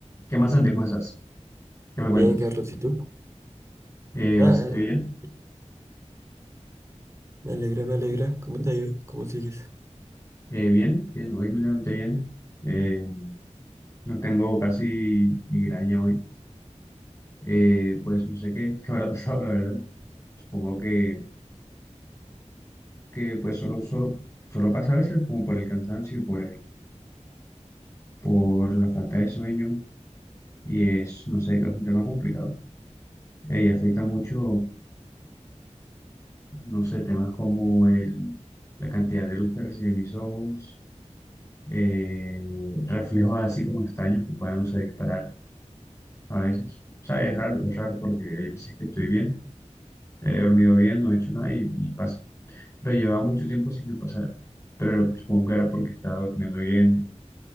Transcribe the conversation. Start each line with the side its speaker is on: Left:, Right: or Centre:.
Left: ¿Qué más, Santi? ¿Cómo estás? ¿Qué me cuentas?
Right: Bien, Carlos, ¿y tú?
Left: Eh,
Right: Nada,
Left: bastante bien.
Right: eh, me alegra, me alegra. ¿Cómo te ha ido? ¿Cómo sigues?
Left: Eh, bien, bien. Hoy me levanté bien. Eh, no tengo casi migraña hoy. Eh, pues no sé qué, <laughs> qué habrá pasado, la verdad. Supongo que, que pues solo, solo, solo pasa a veces como por el cansancio y por el, por la falta de sueño. Y es, no sé, creo que es un tema complicado. Eh, y afecta mucho, no sé, temas como el, la cantidad de luz que reciben mis ojos, eh, reflejos así como extraños que puedan, no sé, disparar. a veces. O sea, es raro, es raro porque hay veces que estoy bien, he dormido bien, no he hecho nada y, y pasa. Pero llevaba mucho tiempo sin que pasara. Pero supongo que era porque estaba durmiendo bien,